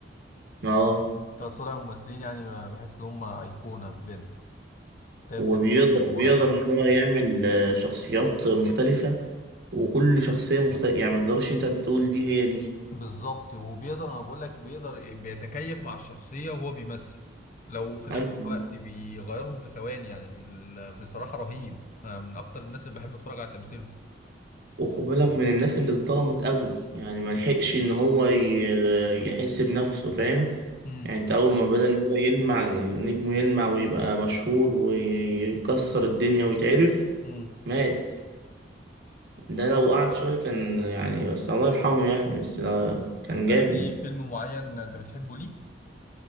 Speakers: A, on the right; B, on the left.
A: اه
B: خالد صالح من الممثلين يعني آه، بحس ان هم ايقونه بجد شايف
A: وبيقدر
B: تمثيله
A: بيقدر
B: آه،
A: ان هو يعمل آه، شخصيات مختلفه وكل شخصيه مختلفه يعني ما تقدرش انت تقول دي هي دي
B: بالظبط وبيقدر انا بقول لك بيقدر بيتكيف مع الشخصيه وهو بيمثل لو في نفس
A: ايوه
B: الوقت بيغيرهم في ثواني يعني ال- بصراحه رهيب أنا من اكتر الناس اللي بحب اتفرج على تمثيله
A: وخد بالك من الناس اللي اتظلمت قوي يعني ما لحقش ان هو ي- يحس بنفسه فاهم
B: امم
A: يعني انت اول ما بدأ ان هو يلمع نجمه يلمع ويبقى مشهور ويكسر الدنيا ويتعرف
B: امم
A: مات ده لو قعد شوية كان يعني بس الله يرحمه يعني بس لو- كان
B: ده
A: جامد
B: في فيلم معين انت بتحبه ليه